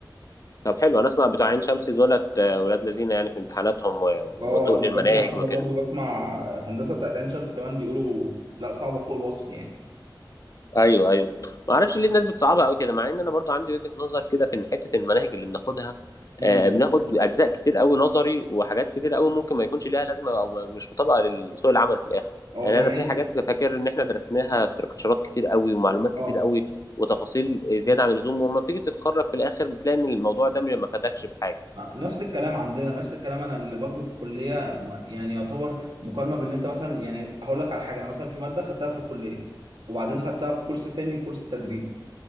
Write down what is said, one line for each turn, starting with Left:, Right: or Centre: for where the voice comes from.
Left: طب حلو انا اسمع بتوع عين شمس دولت آه، ولاد لذينه يعني في امتحاناتهم و-
Right: اه
Left: وتقل
Right: انا
Left: المناهج
Right: بسمع كده
Left: وكده
Right: برضو بسمع هندسة بتاعت عين شمس كمان بيقولوا لا صعبة فوق الوصف يعني
Left: ايوه ايوه ما اعرفش ليه الناس بتصعبها قوي كده مع ان انا برضو عندي وجهة نظر كده في ان حتة المناهج اللي بناخدها
Right: امم
Left: آه بناخد اجزاء كتير قوي نظري وحاجات كتير قوي ممكن ما يكونش ليها لازمة او ما- مش مطابقة لسوق العمل في الاخر
Right: اه
Left: يعني
Right: ده حقيقة
Left: انا في حاجات فاكر ان احنا درسناها استراكشرات كتير قوي ومعلومات كتير
Right: اه
Left: قوي وتفاصيل زيادة عن اللزوم وما بتيجي تتخرج في الاخر بتلاقي ان الموضوع ده ما فادكش بحاجة
Right: نفس الكلام عندنا نفس الكلام انا اللي باخده في الكلية ما- يعني يعتبر مقارنة باللي انت مثلا يعني هقول لك على حاجة انا مثلا في مادة خدتها في الكلية وبعدين خدتها في كورس تاني كورس تدريب